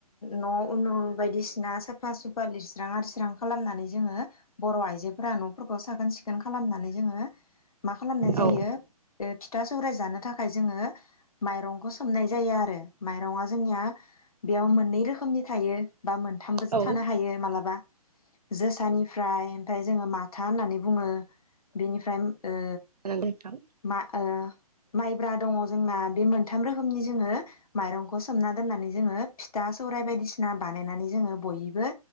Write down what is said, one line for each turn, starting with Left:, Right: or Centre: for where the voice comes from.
Left: न' उनु बायदिसिना साफा सुफा लिरस्रां आरिस्रां खालामनानै जोङो बर' आइजोफोरा न'फोरखौ साखोन सिखोन खालामनानै जोङो खालामनाय जायो
Right: औ
Left: बे फिथा सौराय जानो थाखाय जोङो <inaudible> माइरंखौ सोमनाय जायो आरो माइरंआ जोंनिया बेयाव मोननै रोखोमनि थायो बा मोनथामबोसो
Right: औ
Left: थानो हायो मालाबा जोसानिफ्राय ओमफ्राय जोङो माथा होननानै बुङो बेनिफ्राय ओ
Right: नंगौ नोंथां।
Left: मा ओ माइब्रा दङ जोंना बे मोनथाम रोखोमनि जोङो मायरंखौ सोमना दोननानै जोङो फिथा सौराय बायदि सिना बानायनानै जोङो बयबो